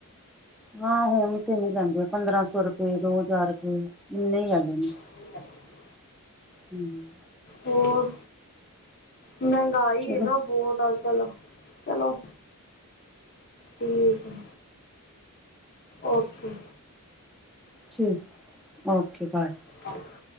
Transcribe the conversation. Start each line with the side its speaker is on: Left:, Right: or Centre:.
Centre: ਹਾਂ ਹੋੁਣ ਤੇ ਨੀ ਲੈਂਦੇ ਆ ਪੰਦਰਾਂ ਸੌ ਰੁਪਏ ਦੋ ਹਜ਼ਾਰ ਰੁਪਏ ਇੰਨੇ ਹੀ ਆਗੇ ਨੇ।
Left: <unintelligible>
Centre: ਹਮ
Left: ਹੋਰ ਮਹਿੰਗਾਈ
Centre: ਚਲੋ
Left: ਨਾ ਬਹੁਤ ਅੱਜ ਕੱਲ ਚਲੋ ਠੀਕ ਹੈ ਓਕੇ
Centre: ਠੀਕ ਓਕੇ ਬਾਏ
Left: ਾਂ